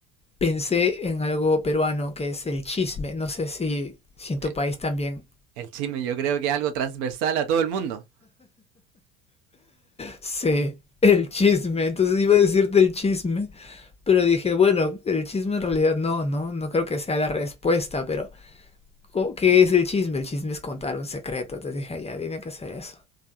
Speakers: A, on the left; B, on the right.
A: Pensé en algo peruano que es el chisme. No sé si, si en
B: Eh,
A: tu país también
B: El chisme yo creo que es algo transversal a todo el mundo.
A: se... El chisme, entonces iba a decirte el chisme, pero dije, bueno, el chisme en realidad no, no, no creo que sea la respuesta, pero co- ¿qué es el chisme? El chisme es contar un secreto, entonces dije, "Ah, ya, tiene que ser eso.